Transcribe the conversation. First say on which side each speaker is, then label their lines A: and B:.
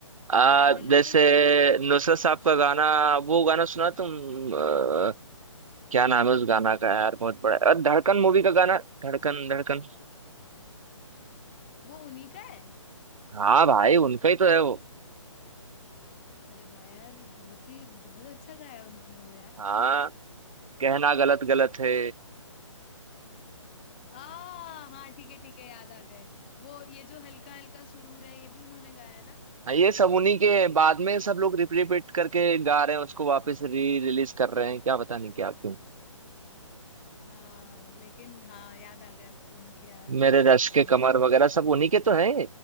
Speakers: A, on the right; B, on the left.
A: आ,
B: याद दिला
A: जैसे
B: कोई गाने
A: नुसरत साहब का गाना वो गाना सुना तुम आ, क्या नाम है उस गाना का यार बहुत बड़ा और धड़कन मूवी का गाना धड़कन
B: वो उन्हीं का है
A: हाँ भाई उनका ही तो है वो
B: अरे वाह यार बहुत ही बहुत अच्छा गाया उन्होंने वो
A: हाँ कहना गलत गलत है
B: आ हाँ ठीक है ठीक है याद आ गए वो ये जो हल्का हल्का सुरूर है ये भी उन्होंने गाया है ना
A: हाँ ये सब उन्हीं के बाद में सब लोग रिपीट करके गा रहे हैं उसको वापस री रिलीज कर रहे हैं क्या पता नहीं क्या क्यों
B: हाँ लेकिन हाँ याद आ गए अब तो उनके यार
A: मेरे रश
B: आ
A: के
B: गए
A: कमर
B: आ गए
A: वगैरह सब उन्हीं के तो है